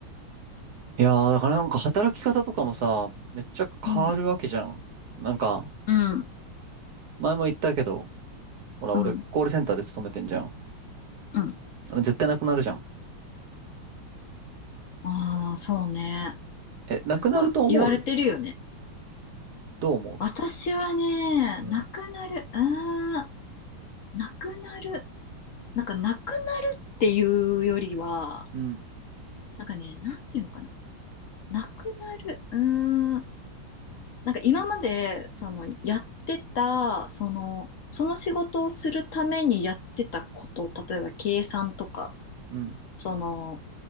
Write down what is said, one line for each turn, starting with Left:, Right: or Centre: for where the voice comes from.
Right: いやー、だからなんか働き方とかもさ、めっちゃ変わるわけじゃん。
Left: うん、
Right: なんか、
Left: うん、
Right: 前も言ったけど、ほら、
Left: うん、
Right: 俺、コールセンターで勤めてんじゃん。
Left: うん。
Right: 絶対なくなるじゃん。
Left: ああ、そうね。
Right: え、なくなると思う
Left: なんか、言われてるよね。
Right: どう思
Left: 私はね、
Right: うん。
Left: なくなる、あーんなくなる。なんか、なくなるっていうよりは、
Right: ううん、
Left: なんかね、なんていうのかな。なくなる、うーん。なんか今まで、その、やってた、その、その仕事をするためにやってたこと、例えば計算とか、
Right: うん、
Left: その、